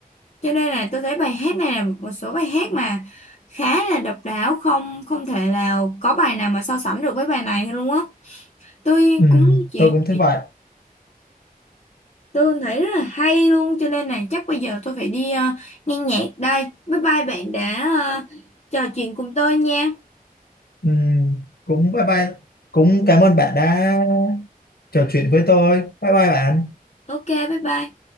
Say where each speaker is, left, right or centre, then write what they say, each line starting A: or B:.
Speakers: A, on the left; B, on the left.
A: cho nên là tôi thấy bài hát này là một số bài hát mà khá là độc đáo không không thể nào có bài nào mà so sánh được với bài này luôn á tôi
B: ừ,
A: cũng chuyện
B: tôi cũng thấy vậy.
A: Tôi thấy rất là hay luôn cho nên là chắc bây giờ tôi phải đi ờ, nghe nhạc đây. Bye bye bạn đã ờ, trò chuyện cùng tôi nha.
B: Ừ, cũng bye bye, cũng cảm ơn bạn đã trò chuyện với tôi. Bye bye bạn.
A: Ok, bye bye.